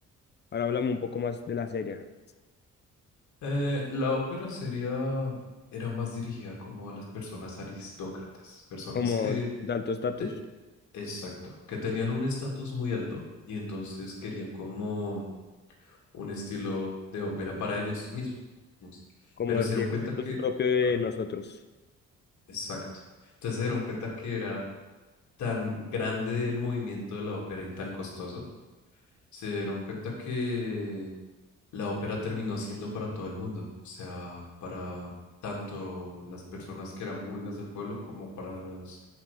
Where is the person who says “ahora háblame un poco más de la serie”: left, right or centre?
Left